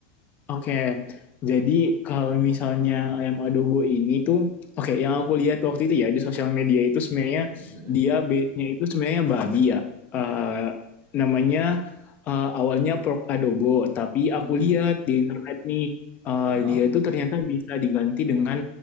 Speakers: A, on the left (about 25°); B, on the right (about 35°).
A: Oke. Jadi kalau misalnya ayam adobo ini tuh oke, yang aku lihat waktu itu ya di sosial media itu sebenarnya
B: Hmm, hmm,
A: dia base-nya itu sebenarnya babi ya. Eh, namanya eh, awalnya pork adobo, tapi
B: hmm.
A: aku
B: Hmm,
A: lihat di internet nih eh,
B: ah,
A: dia itu ternyata bisa diganti dengan